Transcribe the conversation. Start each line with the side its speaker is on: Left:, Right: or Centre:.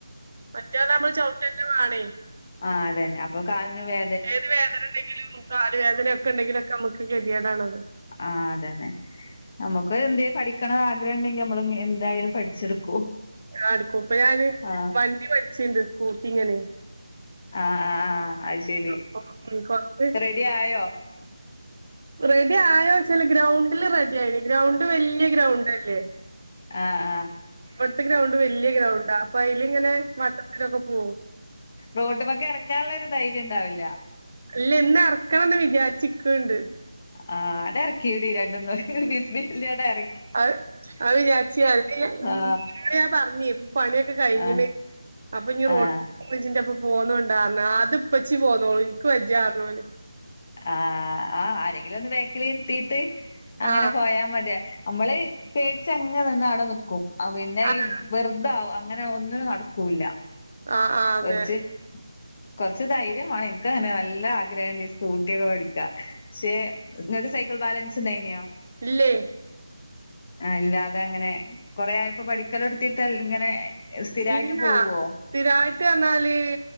Right: മറ്റേഹ് അർഞ്ഞാ ഞമ്മള് ചവ്ട്ടന്നെ വാണേയ്
Left: ആഹ് അതന്നെ അപ്പൊ കാലന് വേ
Right: ഏത് വേദനണ്ടെലും കാല് വേദനൊക്കെണ്ടെങ്കിലൊക്കമ്മക്ക് കെതിയേടാണത്
Left: ആഹ് അതന്നെ നമ്മക്ക് പ്പയെന്തെയ് പഠിക്കണോ ആഗ്രഹണ്ടെങ്കി ഞമ്മള് ഞ് എന്തായാലും പഠിച്ചെടുക്കും
Right: ആഹ് ഇട്ക്കും ഇപ്പൊ ഞാന്
Left: ആ
Right: വണ്ടി പഠിച്ച്ണ്ട് സ്കൂട്ടിങ്ങനെ
Left: ആഹ് ആഹ് ആഹ് അയ് ശെരി
Right: അപ്പൊ ഉം കൊറച്ച്
Left: റെഡി ആയോ
Right: റെഡിആയോചാല് ഗ്രൗണ്ടില് റെഡി ആയി ഗ്രൗണ്ട് വല്ല്യെ ഗ്രൗണ്ടല്ലേ
Left: ആഹ് ആഹ്
Right: ഇവട്ത്തെ ഗ്രൗണ്ട് വല്ല്യെഗ്രൗണ്ടാ അപ്പയിലിങ്ങനെ വട്ടത്തിലൊക്കെ പോവും
Left: റോട്ട്മെക്കെറക്കാള്ളോരു ധൈര്യണ്ടാവില്ല
Right: ഇല്ല ഇന്നെർക്കണംന്ന് വിചാര്ച്ച്ക്ക്‌ണ്ട്.
Left: അഹ് ആഹ് അണ്ടെർക്യുടി രണ്ടൊന്ന് ഒര് ബിസ്മി ചൊല്ല്യാണ്ട് അറ
Right: അഹ് അയ് വിജാര്ച്ച്ക്കാണ്ട് <unintelligible>
Left: ആ
Right: ഞാൻ പർഞ്ഞ് പ്പൊപണിയൊക്കെ കഴിഞ്ഞ്ണ്
Left: ആ
Right: അപ്പഞ്ഞിറോട്ട്മ്മെജിന്റെപ്പം
Left: ആ
Right: പോന്നോണ്ടാന്ന് അത് ഇപ്പച്ചി പോന്നോളും ഇൻക്ക്‌ വെജ്ജാർഞ് ഓന്
Left: ആഹ് ആഹ് ആരെങ്കിലൊന്ന് ബേക്കിലിര്ത്തീട്ട് അങ്ങനെ
Right: ആഹ്
Left: പോയാ മത്യെ അമ്മള് പേടിച്ചങ്ങെനിന്ന അടെനിക്കും പിന്നെ
Right: ആഹ്
Left: ഈ വെർതാവും അ ങ്ങനെ ഒന്നിനും നടക്കൂല്ല
Right: ആഹ് ആഹ് അതെ
Left: കൊർച് കൊറച്ച് ധൈര്യംവാണം ഇന്ക്കങ്ങനെ നല്ല ആഗ്രഹംണ്ട് ഈ സ്കൂട്ട്യോക്കെ പഠിക്കാ ക്ഷെ ഇങ്ങക്ക് സൈക്കിൾ ബാലൻസ് ണ്ടായിനോ
Right: ഇല്ലേയ്
Left: ആഹ് ഇല്ലാതെഎങ്ങനെ കൊറേ ആയപ്പോ പഠിക്കലൊട്ത്തിട്ട്
Right: ഇ-
Left: അൽ ഇങ്ങനെ സ്ഥിരായിട്ട്
Right: ഇല്ല
Left: പോവോ
Right: സ്ഥിരായിട്ട്അർഞ്ഞാല്